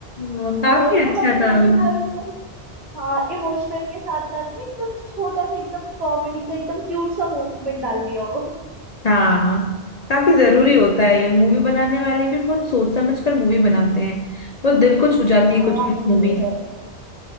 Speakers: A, on the left; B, on the right.
A: वो काफी
B: वो तो
A: अच्छा
B: मतलब
A: था
B: ऐसे
A: वो।
B: था एकदम हाँ इमोशनल के साथ साथ में एकदम छोटा सा एकदम कॉमेडी का एकदम क्यूट सा मोमेंट डाल दिया हो
A: हाँ काफी जरूरी होता है ये मूवी बनाने वाले भी बहुत सोच समझ कर मूवी बनाते हैं बहुत दिल को छू जाती है
B: हाँ
A: कुछ कुछ
B: ये
A: मूवीज
B: तो है